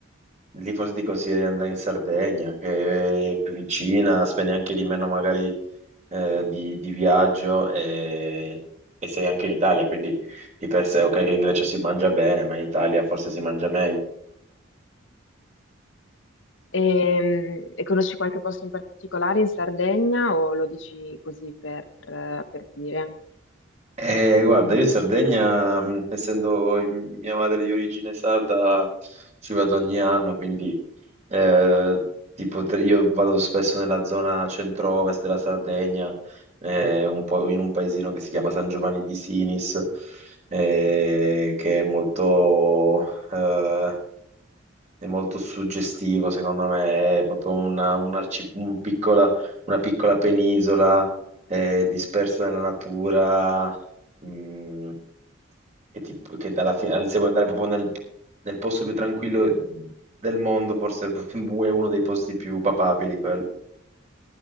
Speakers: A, on the right; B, on the left.
A: lì forse ti consiglierei di andare in Sardegna, che è più vicina, spendi anche di meno magari eh, di, di viaggio e, e sei anche in Italia, quindi di per sé ok che in Grecia si mangia bene, ma in Italia forse si mangia meglio.
B: E, e conosci qualche posto in particolare in Sardegna o lo dici così per, per dire?
A: Eh, guarda, io in Sardegna, mh, essendo in- mia madre di origine sarda, ci vado ogni anno, quindi eh, tipo, tre- io vado spesso nella zona centro-ovest della Sardegna, eh, un po' in un paesino che si chiama San Giovanni di Sinis, eh, che è molto, eh, è molto suggestivo, secondo me, è proprio una, un arci- un piccola, una piccola penisola eh, dispersa nella natura, mh, che, ti- che dalla fine, se vuoi andare proprio nel, nel posto più tranquillo del mondo, forse <laughs> è uno dei posti più papabili quello.